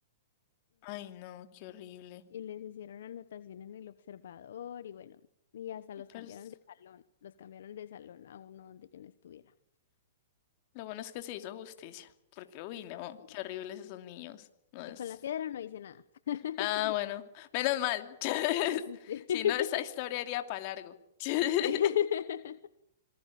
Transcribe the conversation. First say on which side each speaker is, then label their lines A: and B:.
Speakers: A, on the left (about 45°); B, on the left (about 70°).
A: Ay, no, qué horrible.
B: Y les hicieron anotación en el observador y bueno, y hasta los
A: Pero
B: cambiaron
A: es-
B: de salón, los cambiaron de salón a uno donde yo no estuviera.
A: lo bueno es que se hizo justicia, porque, uy, no,
B: Sí.
A: qué horribles esos niños. No es...
B: Y con la piedra no hice nada. <laughs>
A: Ah, bueno, menos mal. <laughs>
B: Sí, sí, sí.
A: Si
B: <laughs>
A: no, esta historia iría para largo. <laughs>
B: Sí. <laughs>